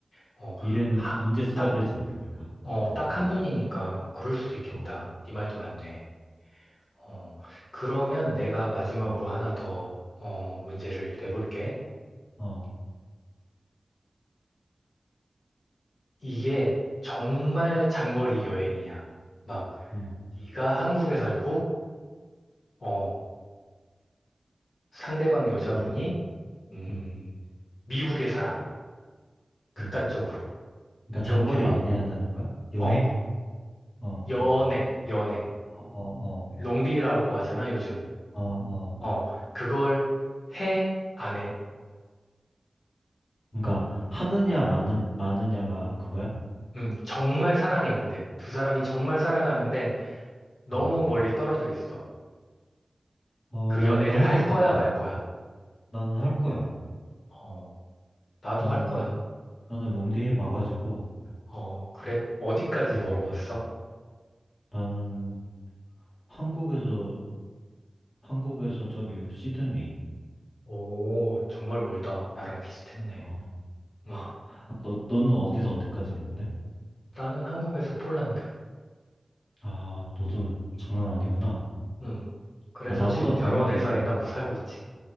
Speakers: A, on the left; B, on the left.
A: 어,
B: 미래는
A: 하,
B: 언제 써야
A: 딱,
B: 될지 모르니까.
A: 어,
B: 어,
A: 딱 한 번이니까 그럴 수도 있겠다.
B: 어,
A: 네 말도 맞네. 어, 그러면 내가 마지막으로
B: 어,
A: 하나 더 어, 문제를 내볼게.
B: 어,
A: 이게 정말 장거리 여행이야. 막
B: 음,
A: 네가 한국에 살고, 어, 상대방 여자분이,
B: 어,
A: 음,
B: 음,
A: 미국에 살아. 극단적으로.
B: 음. 그러니까
A: 이렇게
B: 장거리
A: 막,
B: 연애한다는 거야? 여행?
A: 어,
B: 어, 어,
A: 연애, 연애.
B: 어,
A: 롱디라고 하잖아, 요즘.
B: 어, 어, 어.
A: 어, 그걸 해? 안 해?
B: 그러니까 하느냐 마느, 마느냐가 그거야?
A: 음, 정말 사랑해, 근데. 두 사람이 정말 사랑하는데 너무
B: 어,
A: 멀리 떨어져 있어.
B: 어,
A: 그
B: 나는
A: 연애를
B: 할
A: 할
B: 것
A: 거야,
B: 같아.
A: 말 거야?
B: 나는 할 거야.
A: 어, 나도
B: 나는
A: 할 거야.
B: 나는 롱디 해봐가지고,
A: 어, 그래? 어디까지
B: 어,
A: 물어봤어?
B: 나는 한국에서, 한국에서 저기 시드니.
A: 오, 정말 멀다. 나랑 비슷했네.
B: 어.
A: 음.
B: <laughs> 너, 너는 어디서 어디까지 했는데?
A: 나는 한국에서 폴란드.
B: 아, 너도 장난 아니구나.
A: 음. 그래서
B: 아, 나보다
A: 지금
B: 더
A: 결혼해서
B: 머네.
A: 애 낳고 살고 있지.